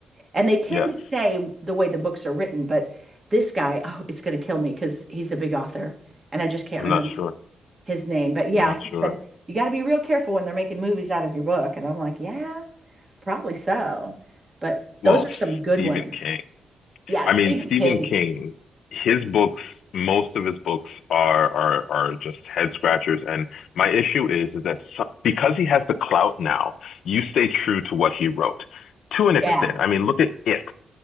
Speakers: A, on the right; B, on the left.
A: And they tend
B: yes.
A: to stay the way the books are written, but this guy, oh, it's going to kill me because he's a big author and I just can't
B: I'm
A: remember
B: not sure.
A: his name. But yeah,
B: I'm not
A: he said,
B: sure.
A: you got to be real careful when they're making movies out of your book. And I'm like, yeah, probably so. But
B: Well,
A: those are some good
B: Stephen
A: ones.
B: King.
A: Yeah,
B: I
A: Stephen
B: mean, Stephen
A: King.
B: King, his books, most of his books are are are just head scratchers. And my issue is is that so, because he has the clout now, you stay true to what he wrote to an extent.
A: Yeah.
B: I mean, look at it,